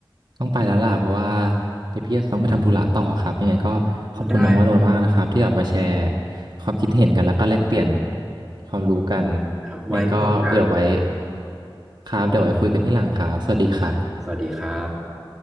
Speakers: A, on the right (about 50°); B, in the centre.
A: ต้องไปแล้วล่ะเพราะว่าเดี๋ยวพี่อาจจะต้องไปทำธุระต่อครับยังไงก็ขอบคุณน้องวโรจน์มากนะครับที่แบบมาแชร์
B: ไม่ได้
A: ความคิดเห็นกันแล้วก็แลกเปลี่ยนความรู้กัน
B: นะครับไว้มีโอกาส
A: ยังไงก็เดี๋ยวไว้ครับเดี๋ยวไว้คุยกันที่หลังครับสวัสดีครับ
B: ครับสวัสดีครับ